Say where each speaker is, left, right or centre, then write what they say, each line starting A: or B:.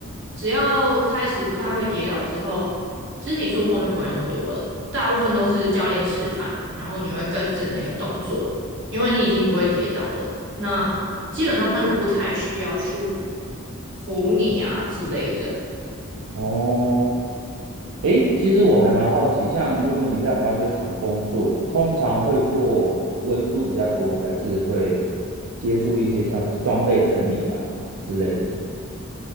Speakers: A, on the right (about 55°); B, on the right (about 80°).
A: 只要开始不太会跌倒之后，肢体触碰就不会那么多了，大部分都是教练示范，然后你会跟着那个动作，因为你已经不会跌倒了，那基本上他就不太需要去扶你啊之类的。
B: 哦，诶，其实我还蛮好奇，像如果你在滑雪场工作，通常会做文书比较多，还是会接触一些像是装备整理啊之类的？